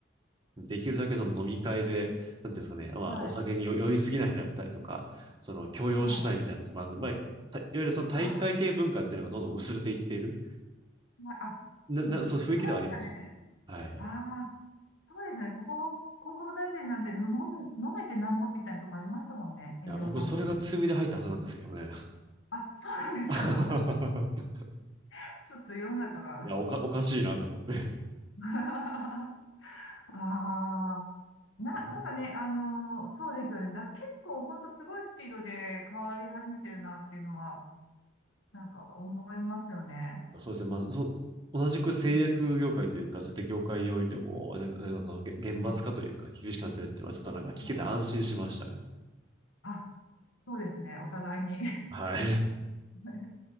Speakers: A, on the right; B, on the left.
A: できるだけその飲み会で、なんていうんですかね、まあお酒に酔酔いすぎないであったりとか、
B: はい、
A: その強要しないみたいな、
B: はい。
A: その、あのまあ、たいわゆるその体育会系文化っていうのがどんどん薄れていっている。
B: ああ、あ、
A: な、な、
B: 昔そうでしたね。
A: そう、雰囲気ではあります。はい。い
B: ああ、そうですね。ここ、広告代理店なんて飲ん、飲めてなんぼみたいなとこありましたもんね。営業さんとか。
A: や、僕、それが強みで入ったはずなんですけどね。
B: あ、そうなんですか。
A: <laughs>
B: <laughs> ちょっと世の中が。
A: いや、おか、おかしいなと思って。
B: <laughs> ああ、な、
A: あの
B: なんかね、あのーそうですよね。だから結構ほんとすごいスピードで変わり始めてるなっていうのは、なんか思いますよね。
A: そうですね。まあ、そう、同じく製薬業界というか、
B: うん、
A: そういった業界においても、あの、厳罰化というか、
B: うん、
A: 厳しくなってるっていうのは、ちょっとなんか聞けて安心しましたね。
B: うん。あ、そうですね。お互いに。
A: はい。
B: <laughs>